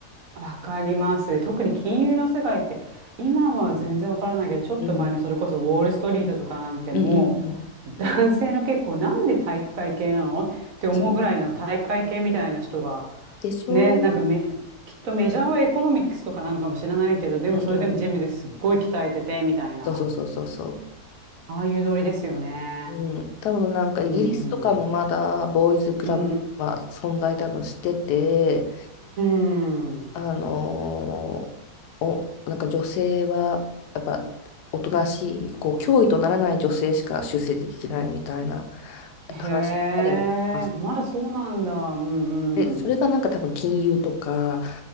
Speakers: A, on the right; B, on the left.
A: わかります。特に金融の世界って今は全然わからないけどちょっと前のそれこそウォール・
B: うん、
A: ストリートとかなんてもう男性の結構なんで体育会系なのって思うぐらいの体育会系みたいな人が
B: うんうんうんそうでしょうん
A: ねなんかめきっとメジャーはエコノミックスとかなのかもしれないけどでもそれでもジムですっごい鍛えててみたいな
B: うんそうそうそうそうそ
A: ああいうノリですよね。
B: う。うん、多分なんかイギリスとかもまだボーイズクラブは存在多分してて、
A: うん。うんうん。ん
B: あのーお、なんか女性はやっぱおとなしい、こう脅威とならない女性しか出席できないみたいな
A: へえまだそうなんだ。
B: 話でも聞きます。
A: うんうん。
B: で、それがなんか多分金融とか